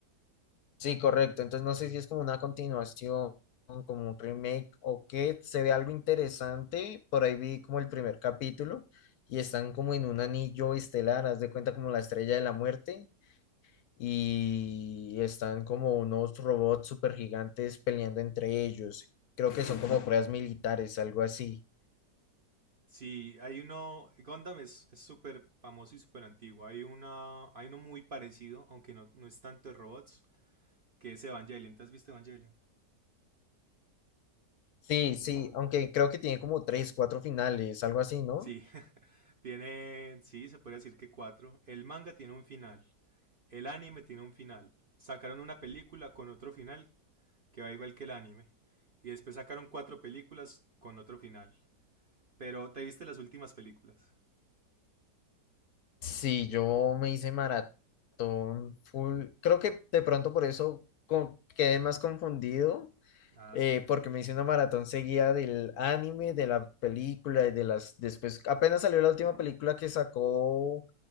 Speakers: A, on the left (about 70°); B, on the right (about 40°).
A: Sí, correcto, entonces no sé si es como una continuación, como un remake o qué, se ve algo interesante, por ahí vi como el primer capítulo y están como en un anillo estelar, haz de cuenta como la estrella de la muerte y están como unos robots super gigantes peleando entre ellos. Creo que son como pruebas militares, algo así.
B: Sí, hay uno, Gundam es es súper famoso y súper antiguo. Hay una, hay uno muy parecido, aunque no, no es tanto de robots, que es Evangelion. ¿Te has visto Evangelion?
A: Sí, sí, aunque creo que tiene como tres, cuatro finales, algo así, ¿no?
B: Sí, Tiene, sí, se puede decir que cuatro. El manga tiene un final. El anime tiene un final. Sacaron una película con otro final que va igual que el anime. Y después sacaron cuatro películas con otro final. Pero ¿te viste las últimas películas?
A: Sí, yo me hice maratón full. Creo que de pronto por eso co- quedé más confundido
B: Ah,
A: eh,
B: sí.
A: porque me hice una maratón seguida del anime, de la película y de las... Después, apenas salió la última película que sacó,